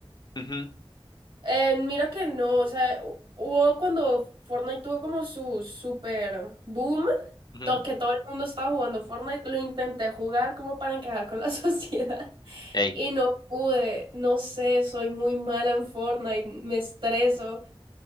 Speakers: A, on the left (about 45°); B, on the right (about 60°).
A: Ujú,
B: Eh, mira que no, o sea, hu- hubo cuando Fortnite tuvo como su super boom,
A: ujú.
B: to- que todo el mundo estaba jugando Fortnite, lo intenté jugar como para encajar con la <laughs> sociedad
A: Ey,
B: y no pude, no sé, soy muy mala en Fortnite, me estreso.